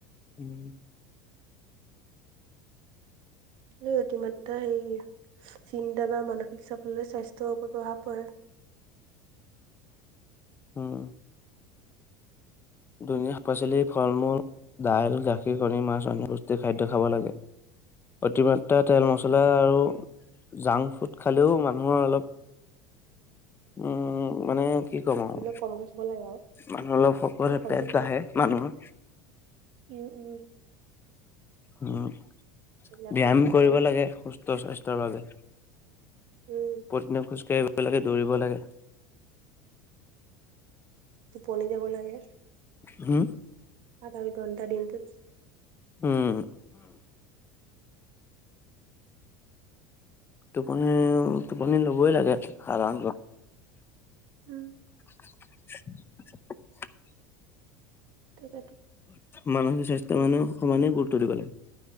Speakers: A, on the left; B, on the right.
A: উম।
B: উম অতিমাত্ৰা হেৰি চিন্তা বা মানসিক চাপলৈ স্বাস্থ্যৰ ওপৰত প্ৰভাৱ পৰে।
A: উম। দুুনীয়া শাক পাচলি
B: উম
A: ফল মূল। দাইল, গাখীৰ, কণী, মাছ অন্যপুষ্টিৰ খাদ্য খাব লাগে। অতিমাত্ৰা তেল
B: উম
A: মচলা আৰু জাংক ফুড খালেও মানুহৰ অলপ উম মানে। কি ক'ম আৰু
B: সেইবিলাক কমকে খাব লাগে আৰু
A: মানুহ অলপ হওঁক পেট
B: সেই কমকে খাব
A: বাঢ়ে মানুহৰ
B: উম উম
A: উম
B: এইবিলাক
A: ব্যায়ামৰ
B: কমকে খাব
A: কৰিব লাগে সুস্থ স্বাস্থ্যয়ৰ বাবে
B: উম
A: পতিদিনে খোজ কাঢ়িব লাগে, দৌৰিব লাগে।
B: টোপনি যাব লাগে।
A: হম।
B: আট ঘন্টা দিনতো।
A: উম। টোপনি টোপনি ল'বই লাগে সাধাৰণ
B: উম।
A: <unintelligible>
B: তাকেতো
A: মানসিক স্বাস্থ্য মানে সমানে গুৰুত্ব দিব লাগে।